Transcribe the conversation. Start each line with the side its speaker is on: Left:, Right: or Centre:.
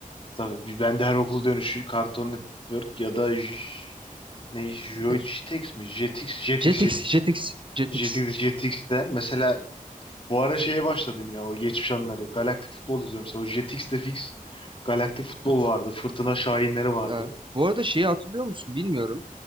Left: tabii bir- ben de her okul dönüşü Cartoon Network ya da J- ne Jetix
Right: Ne-
Left: mi? Jetix, Jetix,
Right: Jetix,
Left: Jetix.
Right: Jetix, Jetix.
Left: Jetix, Jetix'te mesela Bu ara şeye başladım yine o geçmiş anları. Galaktik futbol izliyorum. Mesela o Jetix'te fix Galaktik futbol
Right: Evet.
Left: vardı. Fırtına Şahinleri vardı.
Right: Ya bu arada şeyi hatırlıyor musun bilmiyorum.